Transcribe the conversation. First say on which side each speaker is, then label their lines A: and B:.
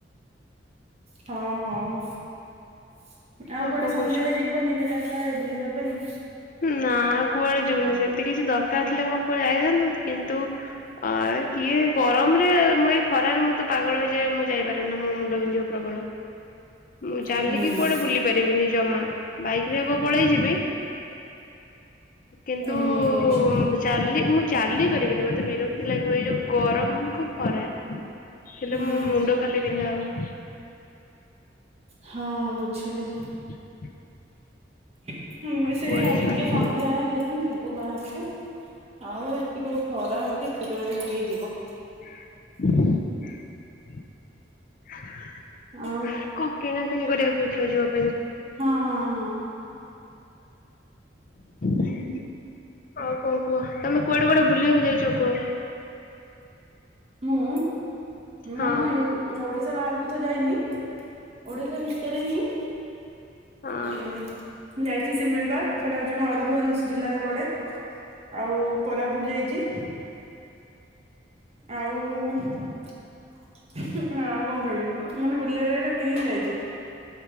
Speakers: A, on the right (about 35°); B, on the left (about 50°).
A: ହଁ ହଁ ଆଉ
B: ଆଉ
A: କୁଆଡ଼େ
B: କଣ
A: ସନ୍ଧ୍ୟାରେ
B: କହୁଛ?
A: ଯିବନି ଏବେ ଚାର ତାରେ ବୁଲିବା ପାଇଁ।
B: ନା କୁଆଡେ ଯିବନି ସେମିତି କିଛି ଦରକାର ଥିଲେ ହଁ କୁଆଡେ ଯାଇଥାନ୍ତୁ କିନ୍ତୁ ଅ କିଏ ଗରମ ରେ ମୁଁ ଏଇ ଖରାରେ ମୁଁ ତ ପାଗଳ ହେଇଯାଏ ମୁଁ ଯାଇପାରେନା ମୋ ମୁଣ୍ଡ ବିନ୍ଧିବ ପ୍ରବଳ। ମୁଁ ଚାଲିକି
A: ହୁଁ
B: କୁଆଡେ ବୁଲି ପାରିବିନି ଜମା ବାଇକ ରେ ହବ। ପଳେଇ ଯିବି। କିନ୍ତୁ
A: ହୁଁ ବୁଝିଲି
B: ଚାଲି ମୁଁ ଚାଲି ପାରିବିନି ମତେ ବିର କ୍ତି ଲାଗିବ ଏଇ ଯୋଉ ଗରମ କୁ ଖରା ହେଲେ
A: ହୁଁ।
B: ମୋ ମୁଣ୍ଡ ଖାଲି ବିନ୍ଧା ହବ।
A: ହଁ ବୁଝିଲି।
B: <inaudible>
A: ଆମ ବି
B: ଆଉ
A: ସେୟା
B: କୁଆଡେ ଯିବାନି।
A: ଟିକେ ସନ୍ଧ୍ୟା ହେଲେ ହିଁ ଯିବୁ ବାହାରକୁ। ଆଉ ଏତିକଳୁ ଖରା ହେଉଛି କେତେବେଳେ କିଏ ଯିବ।
B: <unintelligible>
A: ଆଉ
B: କ କିଣା? ବହୁଥିଲ ଯିବ। <unintelligible>
A: ହଁ ହଁ ହଁ।
B: <unintelligible> ଆଉ କଣ କୁହ? ତମେ କୁଆଡେ କୁଆଡେ ବୁଲିବାକୁ ଯାଇଛ କୁହ?
A: ମୁଁ
B: ହଁ
A: ମୁଁ ଓଡିଶା ବାହାରକୁ ତ ଯାଇନି, ଓଡିଶା ରେ ହିଁ ଉଁ,
B: ହଁ।
A: ମୁଁ ଯାଇଛି ଶିମିଳିପାଳ, ସେଟା ହଉଛି ମୟୂରଭଞ୍ଜ ଜିଲ୍ଲାରେ ପଡେ ଆଉ କୋରାପୁଟ ଯାଇଚି। ଆଉ ଆଉ କଣ କହିବି, ମାନେ ବୁଲିଆ ଜାଗରେ ଏତିକି ହିଁ ଯାଇଚି।